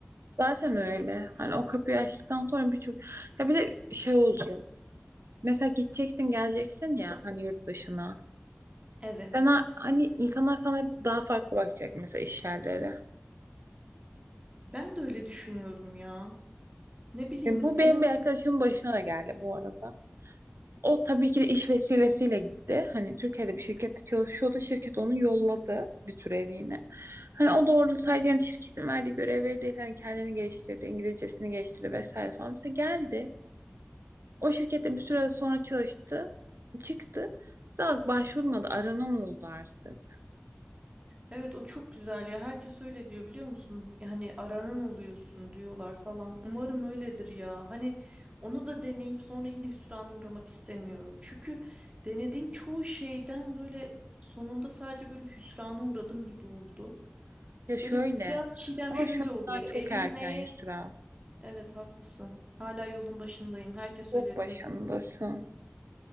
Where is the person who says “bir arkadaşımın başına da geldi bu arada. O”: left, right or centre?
Right